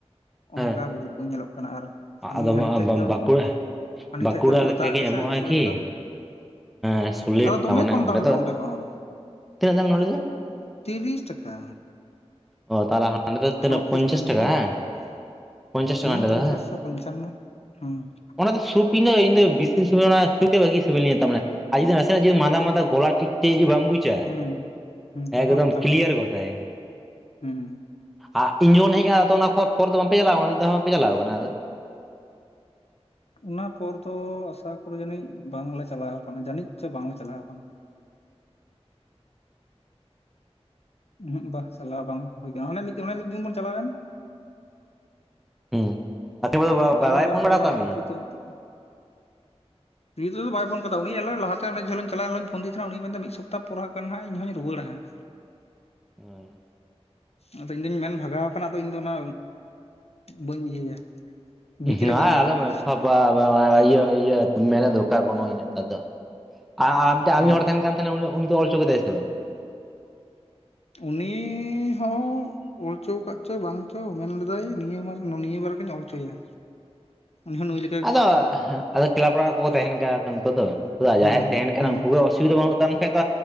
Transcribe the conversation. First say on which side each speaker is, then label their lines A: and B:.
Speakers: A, in the centre; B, on the left.
A: ᱦᱮᱸ
B: ᱚᱱᱠᱟ ᱵᱩᱡᱩᱜ ᱧᱮᱞᱚᱜ ᱠᱟᱱᱟ, ᱟᱨ ᱦᱟᱹᱱᱤ
A: ᱟᱫᱚ
B: ᱦᱟᱹᱱᱤ ᱴᱷᱮᱡ ᱫᱚ
A: ᱵᱟᱸᱠᱩᱲᱟ
B: ᱦᱟᱹᱱᱤ
A: ᱵᱟᱸᱠᱩᱲᱟ
B: ᱴᱷᱮᱡ ᱫᱚ ᱯᱩᱨᱟᱹ
A: ᱞᱮᱠᱟ
B: ᱫᱟᱜ
A: ᱜᱮ
B: ᱜᱮᱥᱮ
A: ᱧᱟᱢᱚᱜᱼᱟ
B: ᱵᱟᱸᱠᱩᱲᱟ
A: ᱠᱤ?
B: ᱨᱮᱫᱚ
A: ᱦᱮᱸ ᱥᱩᱞᱮᱴ
B: ᱟᱫᱚ ᱫᱚᱢᱮ
A: ᱛᱟᱨᱢᱟᱱᱮ
B: ᱠᱚᱢ
A: ᱚᱸᱰᱮ
B: ᱫᱟᱢ
A: ᱫᱚ
B: ᱛᱚ ᱦᱚᱸ
A: ᱛᱤᱱᱟᱹᱜ ᱫᱟᱢ ᱱᱳᱣᱟ ᱞᱟᱭ ᱠᱮᱫᱟ ᱾
B: ᱛᱤᱨᱤᱥ ᱴᱟᱠᱟ᱾
A: ᱚ ᱛᱟᱦᱚᱞᱮ ᱦᱟᱸᱰᱮ ᱫᱚ ᱛᱤᱱᱟᱹᱜ
B: ᱪᱷᱚ ᱯᱤᱥ
A: ᱯᱚᱧᱪᱟᱥ
B: ᱛᱟᱦᱮᱸ
A: ᱴᱟᱠᱟ
B: ᱞᱮᱱᱟ
A: ᱦᱟᱝ ᱯᱚᱧᱪᱟᱥ ᱴᱟᱠᱟ
B: ᱦᱩᱸ
A: ᱦᱟᱸᱰᱮ
B: ᱯᱚᱧᱪᱟᱥ
A: ᱫᱚ ᱦᱟᱝ?
B: ᱥᱮ ᱯᱚᱧᱪᱟᱱᱱᱚ ᱦᱮᱸ᱾
A: ᱚᱱᱟ ᱫᱚ ᱥᱩᱯ ᱤᱧ ᱫᱚ ᱤᱧ ᱫᱚ ᱵᱤᱥᱮ ᱥᱚᱢᱚᱭ ᱚᱱᱟ ᱥᱩᱯ ᱛᱮᱜ ᱵᱷᱟᱹᱜᱤ ᱥᱤᱵᱤᱞᱤᱧᱟ ᱛᱟᱨᱢᱟᱱᱮ᱾ ᱟᱨ ᱡᱩᱫᱤ ᱱᱟᱥᱮ ᱱᱟᱜ ᱡᱩᱫᱤ ᱢᱟᱸᱫᱟ ᱢᱟᱸᱫᱟ ᱜᱚᱞᱟ ᱴᱷᱤᱠ ᱛᱮ ᱡᱩᱫᱤ ᱵᱟᱢ ᱵᱩᱡᱽᱫᱟ- ᱟᱪᱪᱷᱟ,
B: ᱦᱩᱸ ᱦᱩᱸ ᱛᱚᱠᱷᱚᱱ
A: ᱮᱠᱫᱚᱢ
B: ᱪᱟᱞᱟᱜ
A: ᱠᱞᱤᱭᱟᱨ
B: ᱢᱮ
A: ᱜᱚᱫᱟᱭ᱾
B: ᱦᱩᱸ
A: ᱟᱨ ᱤᱧ ᱡᱚᱠᱷᱚᱱ ᱦᱮᱡ ᱟᱠᱟᱱᱟ, ᱟᱫᱚ ᱚᱱᱟ ᱠᱷ ᱯᱚᱨ ᱫᱚ ᱵᱟᱯᱮ ᱪᱟᱞᱟᱣ ᱠᱟᱱᱟ ᱢᱤᱫ ᱫᱷᱟᱣ ᱦᱚᱸ ᱵᱟᱯᱮ ᱪᱟᱞᱟᱣ ᱠᱟᱱᱟ ᱟᱫᱚ?
B: ᱚᱱᱟ ᱯᱚᱨ ᱫᱚ ᱟᱥᱟ ᱠᱚᱨᱤ ᱡᱟᱹᱱᱤᱡ ᱵᱟᱝᱞᱮ ᱪᱟᱞᱟᱣ ᱟᱠᱟᱱᱟ᱾ ᱡᱟᱹᱱᱤᱡ ᱪᱚ ᱵᱟᱝᱞᱮ ᱪᱟᱞᱟᱣ ᱟᱠᱟᱱᱟ᱾ ᱩᱸᱦᱩᱜ ᱵᱟ ᱪᱟᱞᱟᱣ ᱵᱟᱝ ᱦᱩᱭ ᱟᱠᱟᱱᱟ᱾ ᱟᱱᱮ ᱢᱤᱫ ᱫᱤᱱ ᱢᱤᱫ ᱫᱤᱱ ᱵᱚᱱ ᱪᱟᱞᱟᱣᱮᱱ᱾
A: ᱦᱩᱸ᱾ ᱟᱨ ᱛᱤᱦᱤᱧ ᱜᱟᱯᱟ
B: ᱟᱢ
A: ᱫᱚ ᱵᱟᱭ
B: ᱟᱢᱜᱮᱢ
A: ᱯᱷᱳᱱ
B: ᱛᱟᱦᱮ
A: ᱵᱟᱲᱟ
B: ᱠᱟᱱ
A: ᱟᱠᱟᱫ
B: ᱚᱱᱮ
A: ᱢᱮᱭᱟ
B: ᱯᱤᱯᱤ ᱛᱩᱢ ᱱᱤᱛ ᱦᱟᱹᱵᱤᱡᱽ ᱫᱚ ᱵᱟᱭ ᱯᱷᱱ ᱟᱠᱟᱫᱟ᱾ ᱩᱱᱤ ᱮᱱᱦᱤᱞᱳᱜ ᱞᱟᱦᱟᱛᱮᱸ ᱚᱱᱮ ᱡᱮ ᱦᱤᱞᱳᱜ ᱤᱧ ᱪᱟᱞᱟᱭᱮᱱ ᱮᱱᱦᱤᱞᱳᱜ ᱤᱧ ᱯᱷᱚᱱᱟᱫᱤ ᱛᱟᱦᱮᱱᱟ᱾ ᱩᱱᱤᱭ ᱢᱮᱱᱫᱟ ᱢᱤᱫ ᱥᱚᱯᱛᱟᱦ ᱯᱚᱨ ᱜᱟᱱ ᱦᱟᱸᱜ ᱤᱧ ᱦᱚᱧ ᱨᱩᱣᱟᱹᱲᱟ ᱦᱟᱸᱜ᱾
A: ᱦᱮᱸ᱾
B: ᱟᱫᱚ ᱤᱧᱫᱚᱧ ᱢᱮᱱ ᱵᱷᱟᱜᱟᱣ ᱟᱠᱟᱱᱟ᱾ ᱟᱫᱚ ᱤᱧᱫᱚ ᱚᱱᱟ ᱵᱟᱹᱧ ᱤᱭᱟᱹᱭᱟ᱾ ᱵᱤᱪ
A: ᱦᱮᱸ
B: ᱨᱮ
A: ᱟᱞᱚᱢ
B: ᱵᱟᱹᱧ ᱵᱚᱞᱚᱜᱼᱟ
A: ᱯᱷᱟ ᱵᱟ ᱵᱟ ᱤᱭᱟᱹ ᱤᱭᱟᱹ ᱢᱮᱱ ᱨᱮᱱᱟᱜ ᱫᱚᱨᱠᱟᱨ ᱵᱟᱹᱱᱩᱜᱼᱟ ᱤᱱᱟᱹᱜ ᱴᱟ ᱫᱚ᱾ ᱟᱨ ᱢᱤᱫᱴᱮᱱ ᱟᱨ
B: ᱦᱩᱸ
A: ᱢᱤᱫ ᱦᱚᱲ ᱛᱟᱦᱮᱱ ᱠᱟᱱ ᱛᱟᱦᱮᱱ ᱩᱱᱤ ᱩᱱᱤ ᱫᱚ ᱚᱞ ᱪᱳ ᱠᱮᱟᱫᱟᱭ ᱥᱮ ᱵᱟᱝ?
B: ᱤᱸᱧ ᱦᱚᱸ ᱚᱞ ᱪᱳ ᱟᱠᱟᱫ ᱪᱚᱭ ᱵᱟᱝ ᱪᱚ, ᱢᱮᱱ ᱞᱮᱫᱟᱭ ᱱᱤᱭᱟᱹ ᱱᱤᱭᱟᱹ ᱵᱟᱨ ᱜᱤᱧ ᱚᱞᱪᱳᱭᱟ᱾ ᱩᱱᱤ ᱦᱚᱸ ᱱᱩᱭ ᱞᱮᱠᱟ
A: ᱟᱫᱚ ᱟᱫᱚ ᱠᱞᱟᱵᱽ ᱚᱲᱟᱜ ᱞᱮᱠᱟ ᱠᱚ ᱛᱟᱦᱮᱱ ᱠᱟᱱᱟ ᱩᱱᱠᱩ ᱛᱚ ᱩᱱᱠᱩ ᱫᱚ᱾
B: ᱦᱩᱸ
A: ᱡᱟᱦᱟᱸᱭᱮ ᱛᱟᱦᱮᱱ ᱠᱟᱱᱟ
B: ᱦᱩᱸ
A: ᱩᱱᱠᱩᱟᱜ ᱜᱮ ᱚᱥᱩ- ᱚᱥᱩᱵᱤᱫᱟ ᱵᱟᱹᱱᱩᱜ ᱛᱟᱢ ᱠᱷᱟᱡ ᱛ